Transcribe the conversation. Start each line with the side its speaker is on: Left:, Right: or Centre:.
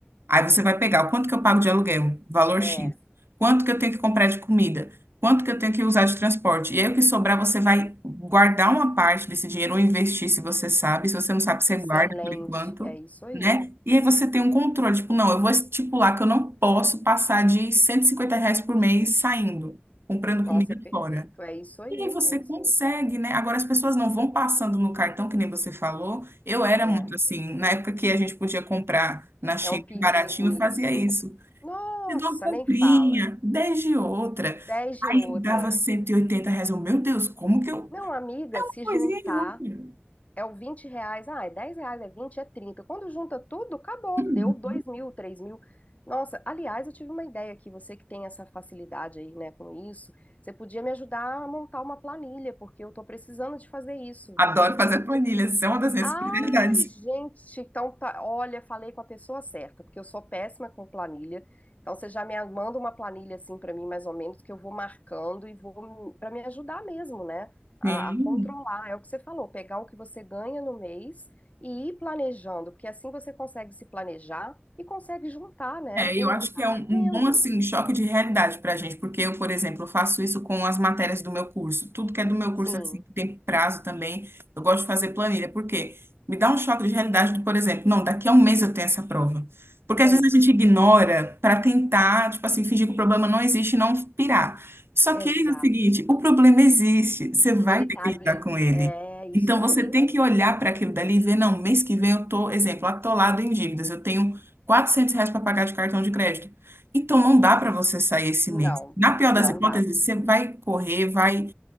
Right: Aí você vai pegar o quanto que eu pago de aluguel, valor
Left: É,
Right: X, quanto que eu tenho que comprar de comida, quanto que eu tenho que usar de transporte. E aí o que sobrar, você vai guardar uma parte desse dinheiro ou investir, se você sabe. Se você não sabe, você
Left: excelente,
Right: guarda por enquanto,
Left: é isso aí.
Right: né? E aí você tem um controle, tipo, não, eu vou estipular que eu não posso passar de 150 reais por mês saindo, comprando
Left: Nossa,
Right: comida
Left: perfeito.
Right: fora.
Left: É isso aí,
Right: E aí você
Left: é isso
Right: consegue,
Left: aí.
Right: né? Agora as pessoas não vão passando no cartão, que nem você falou. Eu era
Left: É,
Right: muito assim, na época que a gente podia comprar na Shein
Left: é um perigo
Right: baratinho,
Left: isso.
Right: eu fazia isso.
Left: Nossa,
Right: Fiz uma comprinha,
Left: nem fala.
Right: 10 de outra.
Left: 10
Right: Aí
Left: de outra.
Right: dava 180 reais. Eu, meu Deus, como que eu...
Left: Não, amiga,
Right: Uma
Left: se
Right: coisinha
Left: juntar
Right: e outra.
Left: é o 20 reais. Ah, é 10 reais, é 20 é 30. Quando junta tudo, acabou.
Right: Uhum.
Left: Deu dois mil, três mil. Nossa, aliás, eu tive uma ideia aqui. Você que tem essa facilidade aí, né, com isso, você podia me ajudar a montar uma planilha, porque eu tô precisando de fazer isso.
Right: Adoro fazer planilhas, isso é uma das minhas
Left: Ai,
Right: prioridades.
Left: gente, então tá. Olha, falei com a pessoa certa, porque eu sou péssima com planilha. Então você já me manda uma planilha assim pra mim, mais ou menos, que eu vou marcando e vou para me ajudar mesmo, né? A,
Right: Sim.
Left: a controlar. É o que você falou, pegar o que você ganha no mês e ir planejando, porque assim você consegue se planejar e consegue juntar, né?
Right: É,
Left: E
Right: eu
Left: não
Right: acho
Left: ficar
Right: que é
Left: devendo.
Right: um, um bom assim choque de realidade para a gente, porque eu, por exemplo, faço isso com as matérias do meu curso. Tudo que é do meu
Left: Sim,
Right: curso assim que tem prazo também, eu gosto de fazer planilha, porque me dá um choque de realidade do, por exemplo, não, daqui a um mês eu tenho essa prova. Porque às
Left: é
Right: vezes
Left: isso.
Right: a gente ignora para tentar, tipo assim, fingir que o problema não existe e não pirar. Só
Left: Exato.
Right: que é o seguinte, o problema existe, você vai
Left: Ele
Right: ter
Left: tá
Right: que
Left: ali.
Right: lidar com ele.
Left: É isso
Right: Então você
Left: aí.
Right: tem que olhar para aquilo dali e ver, não, mês que vem eu tô, exemplo, atolado em dívidas, eu tenho Quatrocentos reais para pagar de cartão de crédito. Então, não dá para você sair esse
Left: Não,
Right: mês. Na pior das
Left: não
Right: hipóteses,
Left: dá.
Right: você vai correr, vai.